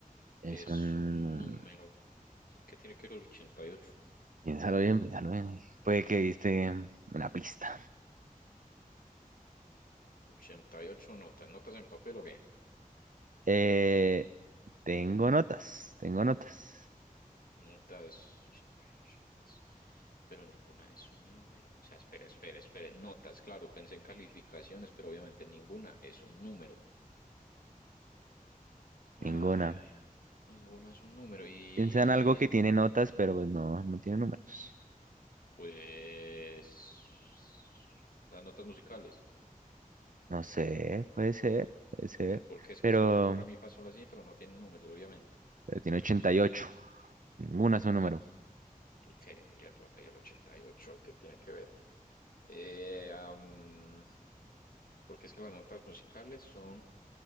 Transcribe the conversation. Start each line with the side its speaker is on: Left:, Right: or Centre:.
Right: Es
Left: es
Right: un...
Left: un número. ¿Y qué tiene que ver el ochenta Ochenta y ocho?
Right: Piénsalo bien, piénsalo bien. Puede que diste una pista.
Left: ochenta y ocho notas, notas en papel o qué?
Right: Eh, tengo notas, tengo notas.
Left: Notas, ochenta y ocho notas, pero ninguna es un número. O sea, espera, espera, espera, notas, claro, pensé en calificaciones, pero obviamente ninguna es un número. Ay,
Right: Ninguna.
Left: ay, ay. Ninguno es un número. Y
Right: Piensa en algo que tiene notas, pero pues no, no tiene números.
Left: pues las notas musicales.
Right: No sé, puede ser, puede ser.
Left: Porque es
Right: Pero,
Left: que son do, re, mi, fa, sol, así, pero no tienen números, obviamente.
Right: pero tiene 88. Ninguna es un número.
Left: Y que y el, y el 88, ¿qué tiene que ver? Eh, am, porque es que las notas musicales son